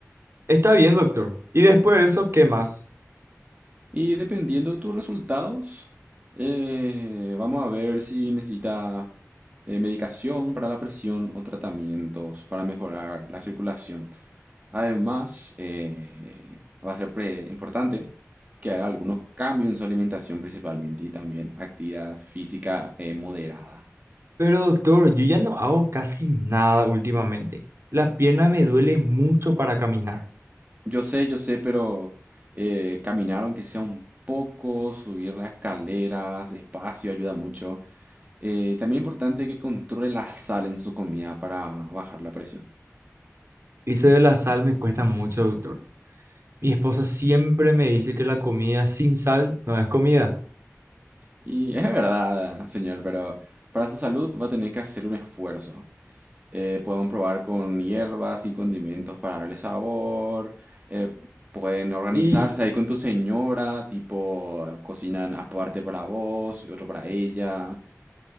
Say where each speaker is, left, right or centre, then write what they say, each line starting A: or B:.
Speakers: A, on the right (about 55°); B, on the right (about 30°).
A: Está bien, doctor. Y después de eso, ¿qué más?
B: Y dependiendo de tus resultados, eh, vamos a ver si necesita eh, medicación para la presión o tratamientos para mejorar la circulación. Además, eh, va a ser pre- importante que haga algunos cambios en su alimentación principalmente y también actividad física eh, moderada.
A: Pero, doctor, yo ya no hago casi nada últimamente. La pierna me duele mucho para caminar.
B: Yo sé, yo sé, pero eh, caminar aunque sea un poco, subir las escaleras despacio ayuda mucho. Eh, también es importante que controle la sal en su comida para bajar la presión.
A: Y eso de la sal me cuesta mucho, doctor. Mi esposa siempre me dice que la comida sin sal no es comida.
B: Y es verdad, señor, pero para su salud va a tener que hacer un esfuerzo. Eh, podemos probar con hierbas y condimentos para darle sabor. eh, pueden organizarse
A: Y
B: ahí con tu señora, tipo, cocinan aparte para vos y otro para ella.